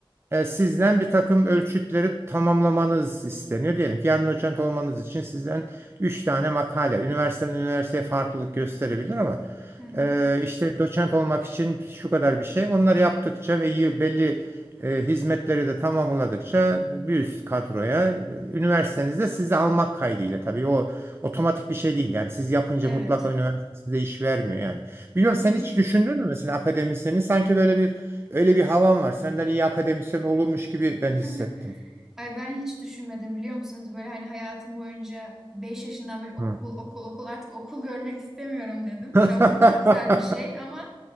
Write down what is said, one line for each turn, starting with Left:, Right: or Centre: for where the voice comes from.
Right: e, sizden bir takım ölçütleri tamamlamanız isteniyor. Diyelim ki yarın doçent olmanız için sizden 3 tane makale. Üniversiteden üniversiteye farklılık gösterebilir ama
Centre: Hı hı.
Right: e, işte doçent olmak için şu kadar bir şey. Onları yaptıkça ve yı- belli e, hizmetleri de tamamladıkça bir üst kadroya e, üniversitenizde sizi almak kaydıyla tabii o otomatik bir şey değil. Yani siz yapınca
Centre: Evet.
Right: mutlaka üniversite size iş vermiyor yani. biliyorum sen
Centre: Hı hı.
Right: hiç düşündün mü mesela akademisyeni sanki böyle bir öyle bir havan var. Senden iyi akademisyen olurmuş gibi
Centre: <laughs>
Right: ben hissettim.
Centre: Ay ben hiç düşünmedim biliyor musunuz? Böyle hani hayatım boyunca 5 yaşından beri okul,
Right: Hı.
Centre: okul, okul artık okul görmek istemiyorum dedim.
Right: <laughs>
Centre: Hani okul çok güzel bir şey ama